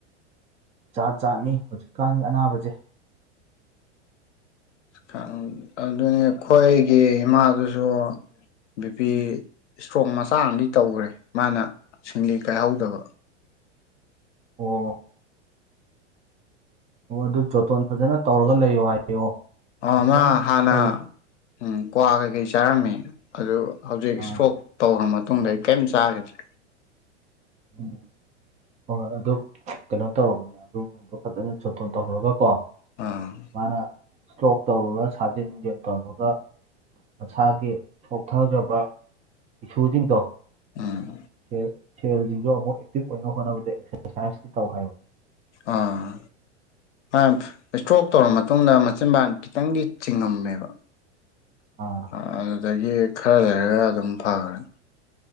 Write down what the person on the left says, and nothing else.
ꯈꯪ ꯑꯗꯨꯅꯤ ꯑꯩꯈꯣꯏꯒꯤ ꯏꯃꯥꯗꯨꯁꯨ ꯕꯤꯄꯤ ꯏꯁꯇ꯭ꯔꯣꯛ ꯃꯆꯥ ꯑꯝꯗꯤ ꯇꯧꯒ꯭ꯔꯦ ꯃꯥꯅ ꯁꯤꯡꯂꯤ ꯀꯥꯏꯍꯧꯗꯕ
ꯑꯣ
ꯃꯥ ꯍꯥꯟꯅ
ꯎꯝ ꯀ꯭ꯋꯥ ꯀꯩꯀꯩ ꯆꯥꯔꯝꯃꯦ ꯑꯗꯨ ꯍꯧꯖꯤꯛ
ꯏꯁꯇ꯭ꯔꯣꯛ ꯇꯧꯒ꯭ꯔꯥ ꯃꯇꯨꯡꯗ ꯑꯩ ꯀꯩꯝ ꯆꯥꯒꯤ <unintelligible>
ꯎꯝ
ꯎꯝ
ꯑꯥ ꯑꯥꯝ ꯏꯁꯇ꯭ꯔꯣꯛ ꯇꯧꯔ ꯃꯇꯨꯡꯗ ꯃꯆꯤꯟꯕꯥ ꯈꯤꯇꯪꯗꯤ ꯆꯤꯡꯉꯝꯃꯦꯕ
ꯑꯥꯗꯨꯗꯒꯤ ꯈꯔ ꯂꯩꯔꯒ ꯑꯗꯨꯝ ꯐꯒ꯭ꯔꯅꯤ